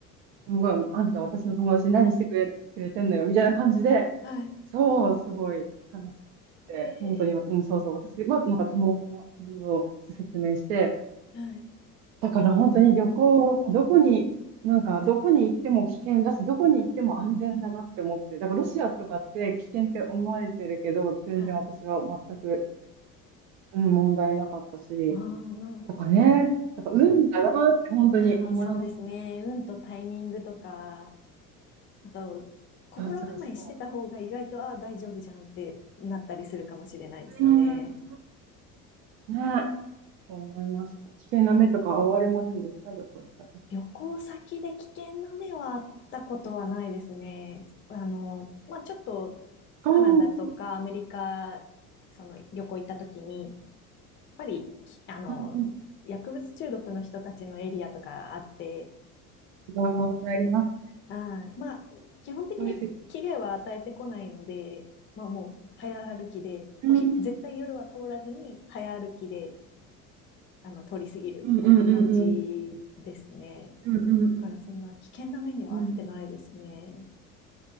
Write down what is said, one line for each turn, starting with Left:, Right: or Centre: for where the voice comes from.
Right: すごい、あんた私の友達に何してくれ、くれてんのよ、みたいな感じで、
Left: はい。
Right: そう、すごい話してくれて、
Left: ええ、
Right: 本当に、うん、そうそう、私はなんか友達の、そうそう説明して、
Left: はい、
Right: だから本当に旅行、どこに、なんかどこに行っても危険だし、どこに行っても安全だなって思って、だからロシアとかって危険って思われてるけど、全然私は全く、
Left: はい。
Right: うん、問題なかったし、
Left: ああ、なるほど。
Right: とかね、だから運だなって本当に思いますね。
Left: まあ、そうですね。運とタイミングとか、あと、心構えしてた方が意外と、
Right: そうそうそ
Left: ああ、大丈夫じゃんってなったりするかもしれないですよね。
Right: う。うん、うんね、そう思いました。危険な目とか遭われませんでした、旅行行った時。
Left: 旅行先で危険な目はあったことはないですね。あの、まあ、ちょっと
Right: ああ、
Left: カナダとかアメリカ、
Right: うん
Left: その旅行行った時に、やっぱり、きあの、
Right: う
Left: 薬物中毒の人たちのエリアとかあって、
Right: ん。わあ、います。
Left: あー、まあ、基本的に危害は与えてこないので、
Right: そうです。
Left: まあ、もう早歩きで、
Right: うん、
Left: おひ、絶対夜は通らずに早歩きで、あの、通り過ぎるみたいな感じですね。
Right: うんうんうんうん。うんうんうん。
Left: だからそんな危険な目にはあってないですね。
Right: うんうん